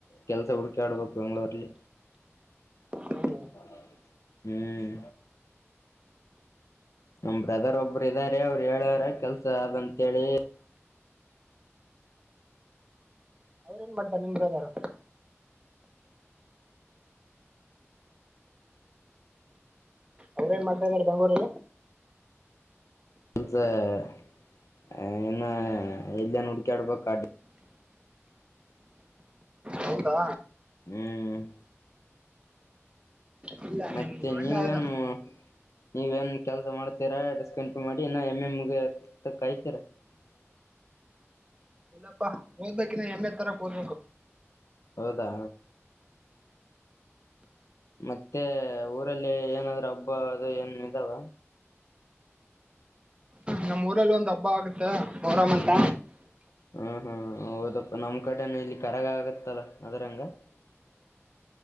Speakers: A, on the left (about 85°); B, on the right (about 20°).
A: ಕೆಲ್ಸ ಹುಡುಕಿ - ಹುಡುಕ್ಯಾಡಬೇಕ ಬೆಂಗಳೂರಲ್ಲಿ. <inaudible>
B: ಹ್ಞೂ
A: ಹ್ಮ್. ನಮ್ ಬ್ರದರ್ ಒಬ್ಬರು ಇದ್ದಾರೆ ಅವರು ಹೇಳ್ಯಾರ ಕೆಲ್ಸ ಆದ ಅಂತಹೇಳಿ.
B: ಅವ್ರ ಏನ್ ಮಾಡ್ತಾರೆ ನಿಮ್ಮ್ ಬ್ರದರ ಅವ್ರ ಏನ್ ಮಾಡ್ತಿದಾರೆ ಬೆಂಗಳೂರಲ್ಲಿ?
A: ಕೆಲ್ಸ <inaudible> ಎಲ್ಲಿ ಏನ್ ಹುಡಕ್ಯಾಡಬೇಕ
B: ಹೌದಾ
A: ಹ್ಮ್
B: ಇಲ್ಲ
A: ಮತ್ತೆ
B: ನಿಮ್ ಅಣ್ಣ
A: ನೀವ
B: ಇದ
A: ಏನೂ ಈಗ ಏನ್ ಕೆಲ್ಸ ಮಾಡ್ತೀರಾ ಡಿಸ್ಕೌಂಟ್ ಮಾಡಿ ಇನ್ನ ಎಮ್ ಎ ಮುಗಿಯೋತಾನ ಕಾಯ್ತೀರಾ? <unintelligible>
B: ಇಲ್ಲಪ್ಪಾ ಓದ್ಬೇಕ ಇನ್ನ ಎಮ್ ಎ ತರಕ್ ಓದ್ಬೇಕು.
A: ಹೌದಾ ಮತ್ತೆ ಊರಲ್ಲಿ ಏನಾದ್ರೂ ಹಬ್ಬ ಅದು ಏನ್ ಇದಾವ?
B: ನಮ್ಮ ಊರಲ್ಲಿ ಒಂದ್ ಹಬ್ಬ ಆಗುತ್ತೆ ಮೊಹರಂ ಅಂತ.
A: ಹಾ ಹಾ ಹೌದಪ್ಪ ನಮ್ ಕಡೆನ ಇಲ್ಲಿ ಕರಗ ಆಗತ್ತಲ್ಲ ಅದ್ರಂಗ <unintelligible>